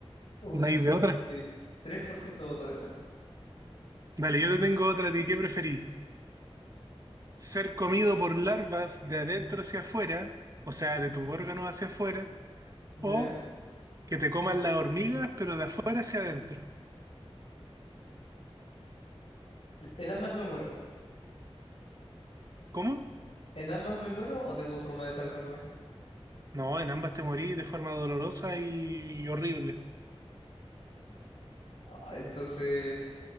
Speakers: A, on the left; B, on the right.
A: Un
B: No hay de otra.
A: 63% votó esa.
B: Dale, yo te tengo otra. ¿A ti qué preferís? ¿Ser comido por larvas de adentro hacia afuera, o sea, de tus órganos hacia afuera,
A: ¿Ya?
B: o que te coman las hormigas, pero de afuera hacia adentro?
A: En ambas me muero.
B: ¿Cómo?
A: ¿En ambas me muero o tengo forma de salvarme?
B: No, en ambas te morís de forma dolorosa y horrible.
A: Ay, entonces